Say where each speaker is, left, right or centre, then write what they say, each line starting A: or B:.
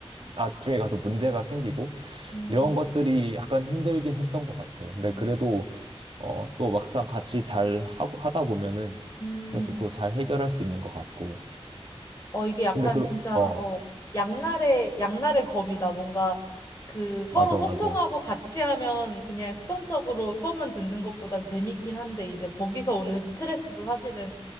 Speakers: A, on the right; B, on the left.
A: 나중에 가서 문제가 생기고
B: 음,
A: 이런 것들이 약간 힘들긴 했던 것 같아. 근데
B: 음,
A: 그래도 어 또 막상 같이 잘 하고 하다 보면은
B: 음.
A: 그래도 또 잘 해결할 수 있는 것 같고.
B: 어, 이게 약간
A: 근데 그런
B: 진짜,
A: 어어어
B: 어, 양날의, 양날의 검이다. 뭔가 그 서로
A: 맞아
B: 소통하고
A: 맞아
B: 같이 하면 그냥 수동적으로 수업만 듣는 것보단 재밌긴 한데 이제 거기서 오는 스트레스도 사실은